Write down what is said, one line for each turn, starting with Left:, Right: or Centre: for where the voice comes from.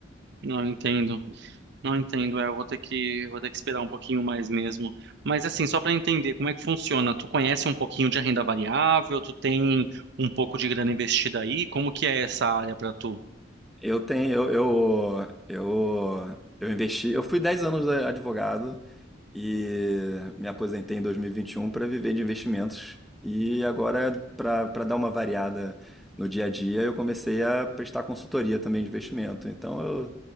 Right: Não entendo. Não entendo. É, eu vou ter que, vou ter que esperar um pouquinho mais mesmo. Mas assim, só para entender como é que funciona, tu conhece um pouquinho de renda variável, tu tem um pouco de grana investida aí, como que é essa área para tu?
Centre: Eu tenho, eu, eu, eu, eu investi, eu fui 10 anos a- advogado e me aposentei em dois mil e e vinte e um para viver de investimentos. E agora, para para dar uma variada no dia a dia, eu comecei a prestar consultoria também de investimento. Então, eu,